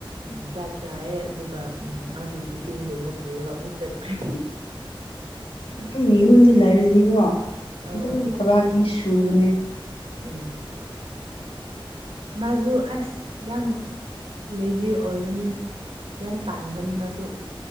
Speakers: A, on the right (about 80°); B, on the left (about 80°).
A: ꯎꯝ ꯆꯥꯛ ꯆꯥꯏꯌꯦ ꯑꯗꯨꯒ ꯎꯝ ꯃꯥꯒꯤ ꯇꯤꯐꯤꯟꯒꯨꯝꯕ ꯄꯨꯔꯒ ꯑꯃꯨꯛ ꯆꯠꯈ꯭ꯔꯦ
B: ꯑꯗꯨꯝ ꯌꯨꯝꯗ ꯂꯩꯕꯁꯤꯗꯤꯀꯣ
A: ꯑꯥ
B: ꯑꯗꯨꯝ ꯊꯕꯥꯛꯇꯤ ꯁꯨꯕꯅꯦ
A: ꯎꯝ ꯃꯖꯨ ꯑꯁ ꯌꯥꯝ ꯂꯦꯖꯤ ꯑꯣꯢꯕꯅꯦ ꯌꯥꯝ ꯇꯥꯟꯕꯅꯤ ꯃꯁꯨ